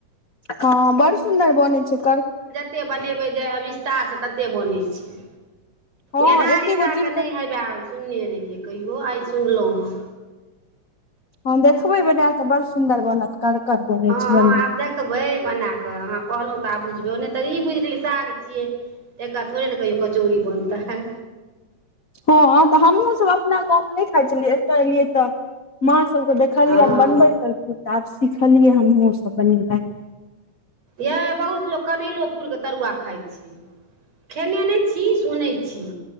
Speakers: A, on the left; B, on the right.
A: हँ बड़ सुन्दर बनैत छै कर।
B: ते बनेबै जे अविस्तार से तते बनै छै।
A: हँ
B: गेनहारी
A: एके
B: सागके
A: गो चीज
B: नहि
A: के
B: हेवए सुनने रहियै कहियो आइ सुनलहुँ हे
A: हँ देखबै बनाक बड़ सुन्दर बनत <unintelligible>
B: ह ह
A: बनबै
B: आब देख दखबै बना कऽ अहाँ कहलहुँ त आब बुझलौ नै तऽ ई बुइझ गेलियै साग छियै एक्का थोड़े ने कहियो कचौड़ी बनतै ह
A: हँ तऽ हमहूँ सभ अपना गाव मे नै खाइ छलियै एतऽ एलियै तऽ माँ सभके देख खलयन
B: हँ
A: बनबै छलखिन त आब सीखलयै हमहूॅं सभ बनेनाय
B: यै बहुत लोक कनैलो फूल के तरुआ खाय छै। खेने नै छी सुनै छी।